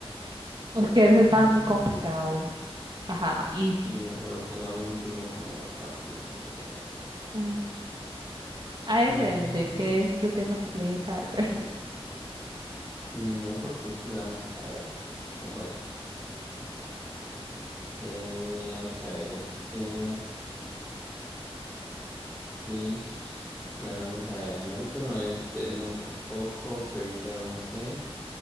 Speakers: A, on the right (about 50°); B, in the centre.
A: Es que ese estaba
B: Mm,
A: muy complicado. Ajá, easy.
B: y mejor pongamos uno como fácil ahí, a ver.
A: Ujú. Ah, ese,
B: Mm,
A: el de que es the Demon Slayer character.
B: no, porque si lo vamos a saber todos. Mejor este. Eh, vamos a ver este... Bleach. Bueno, vamos a ver. Naruto no es, Death Note tampoco. Fairy Tail no sé.